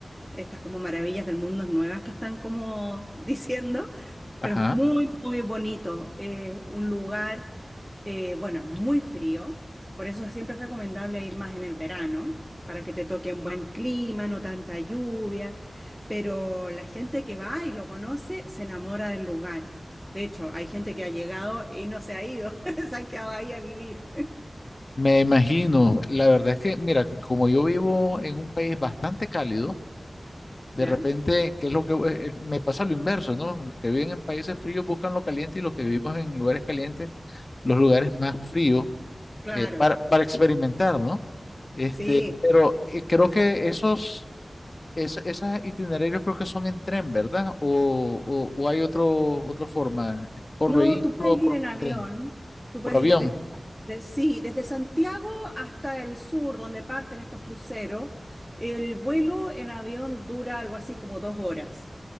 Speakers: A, in the centre; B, on the left.
A: estas como maravillas del mundo nuevas que están como diciendo,
B: ajá.
A: pero es muy, muy bonito. eh, un lugar, eh, bueno, es muy frío, por eso siempre es recomendable ir más en el verano, para que te toque un buen clima, no tanta lluvia, pero la gente que va y lo conoce se enamora del lugar. De hecho, hay gente que ha llegado y no se ha ido, <laughs> se han quedado ahí a vivir,
B: Me imagino. La verdad es que, mira, como yo vivo en un país bastante cálido, de
A: ¿ya?
B: repente, ¿qué es lo que eh, eh, me pasa lo inverso, ¿no? Los que viven en países fríos buscan lo caliente y los que vivimos en lugares calientes, los lugares más fríos
A: Claro,
B: eh, para, para experimentar, ¿no? Este,
A: sí.
B: pero eh, creo que esos, es- esos itinerarios creo que son en tren, ¿verdad? O, o- o hay otro, otra forma, por
A: No,
B: vehículo,
A: tú puedes ir
B: por,
A: en avión,
B: por tren,
A: tú puedes
B: por avión.
A: ir desde, Sa- de- sí, desde Santiago hasta el sur, donde parten estos cruceros. El vuelo en avión dura algo así como dos horas.